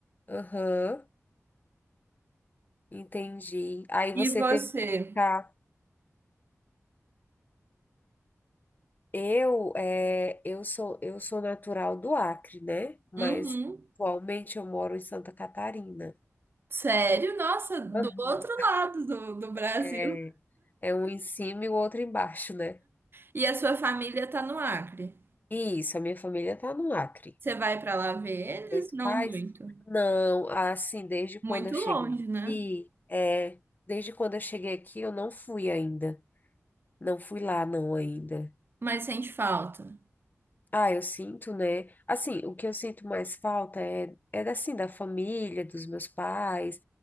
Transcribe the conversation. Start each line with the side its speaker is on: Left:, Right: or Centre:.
Left: Aham, entendi. Aí
Right: E
Left: você
Right: você?
Left: teve que ficar. Eu, é, eu sou, eu sou natural do Acre, né? Mas
Right: Uhum.
Left: atualmente eu moro em Santa Catarina.
Right: Sério? Nossa, do
Left: Aham.
Right: outro lado do, do Brasil.
Left: É, é um em cima e o outro embaixo, né?
Right: E a sua família tá no Acre.
Left: E isso, a minha família tá no Acre.
Right: Você vai pra lá ver eles?
Left: Meus
Right: Não
Left: pais?
Right: muito.
Left: Não, assim, desde quando
Right: Muito
Left: eu cheguei
Right: longe,
Left: aqui,
Right: né?
Left: é, desde quando eu cheguei aqui, eu não fui ainda. Não fui lá, não, ainda.
Right: Mas sente falta.
Left: Ah, eu sinto, né? Assim, o que eu sinto mais falta é, é assim, da família, dos meus pais,